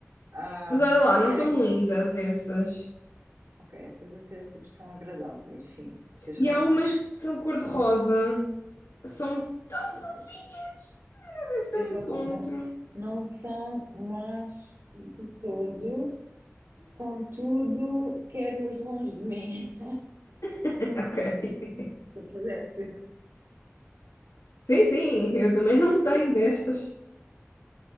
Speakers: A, on the right; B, on the left.
A: Ah,
B: Mas olha lá, não
A: era
B: são
A: que.
B: lindas essas.
A: Ok, essas até tipo são agradáveis, sim, tens
B: E
A: razão.
B: há umas que são cor-de-rosa. São tão fofinhas. Ver se
A: Tens
B: eu
A: razão,
B: encontro.
A: não, não são más de todo, contudo, quero-as longe de mim,
B: <laughs> Ok.
A: <laughs> se eu pudesse.
B: Sim, sim, eu também não tenho destas.